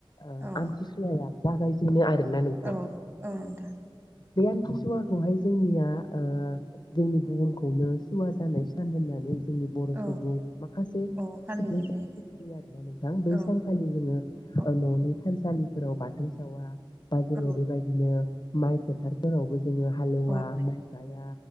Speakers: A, on the left (about 55°); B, on the right (about 25°).
A: ओ
B: औ
A: आमथिसुवाया जागायजेनो आरोना नोंथां?
B: औ औ नोंथां
A: बे आमथिसुवाखौहाय जोंनिया ओ जोंनि बुहुम खौनो सुवा जानाय सान होननानै जोंनि बर'
B: औ
A: सुबुं माखासे
B: औ फालिनाय
A: बि फोथायो
B: जायो
A: आरो ना नोंथां बै
B: औ
A: सानखालि जोङो
B: औ
A: न'नि थानसालिफोराव बाथौ सावा बा जोङो
B: औ
A: बेबायदिनो माइ फोथार फोरावबो जोङो हालेवा
B: औ
A: माइ गाया